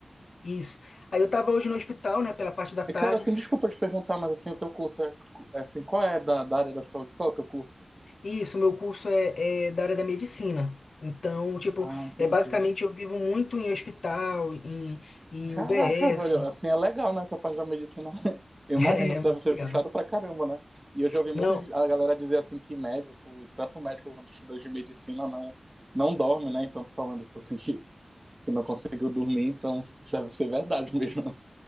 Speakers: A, on the left (about 75°); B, on the right (about 25°).
A: isso. Aí eu estava hoje no hospital, né? Pela parte da tarde.
B: E, Cara, assim, desculpa te perguntar, mas, assim, o teu curso é, é, assim, qual é da, da área da saúde? Qual é o teu curso?
A: Isso, meu curso é, é da área da medicina. Então, tipo,
B: Ah, entendi.
A: é basicamente eu vivo muito em hospital, em, em
B: Caraca,
A: UBS.
B: velho,
A: <laughs>
B: assim é legal, né? Essa parte da medicina. <laughs> Eu
A: É
B: imagino que
A: é muito
B: deve ser
A: legal.
B: puxado pra caramba, né? E eu já ouvi
A: Não,
B: muito a galera dizer assim que médico, e tanto médico quanto estudante de medicina, não, não dorme, né? Então, tô falando isso assim que, que não conseguiu dormir, então <laughs> deve ser verdade mesmo, né?